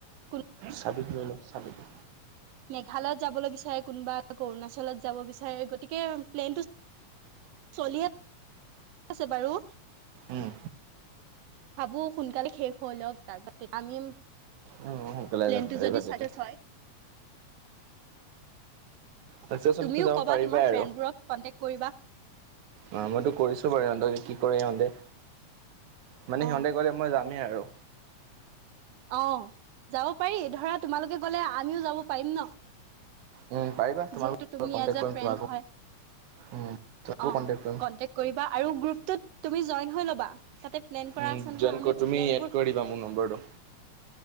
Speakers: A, on the right (about 70°); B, on the right (about 80°).
A: কোনো
B: চাবিটো লৈ ল' চাবিতো।
A: ভালত যাবলৈ বিচাৰে কোনোবা অৰুণাচলত আকৌ যাব বিচাৰে। গতিকে প্লেনটো চলি আ আছে বাৰু।
B: উম,
A: ভাবো সোনকালে শেষ হৈ ল'ক। তাৰপাছ আমি
B: অ', সোনকালে
A: প্লেনটো
B: যাব পাৰিবা
A: যদি
B: তেতিয়া
A: চাকচেচ হয়।
B: চাকচেছফুলতো
A: তুমিও
B: যাব
A: ক'বা
B: পাৰিবাই
A: তোমাৰ
B: আৰু
A: ফ্ৰেণ্ডবোৰক কনটেক কৰিবা।
B: অ', মইতো কৰিছো বাৰু ইহঁতে কি কৰে সিঁহতে। মানে
A: অ
B: সিহঁতে গ'লে মই যামেই আৰু।
A: অ', যাব পাৰি ধৰা তোমালোকে গ'লে আমিও যাব পাৰিম ন।
B: উম, পাৰিবা তোমালোক
A: যিহেতু তুমি
B: কণ্টেক্ট
A: এজ
B: কৰিম
A: এ ফ্ৰেণ্ড
B: তোমাকো
A: হয়।
B: উম, তোমাকো
A: আহ
B: কণ্টেক্ট কৰিম।
A: কণ্টেক্ত কৰিবা আৰু গ্ৰুপটোত তুমি জৈন হৈ ল'বা। প্লেন কৰা
B: উম,
A: আছে নহয়।
B: জইন
A: আমি
B: কৰি তুমি
A: প্লেনবোৰ
B: এড কৰি দিবা মোৰ নম্বৰটো।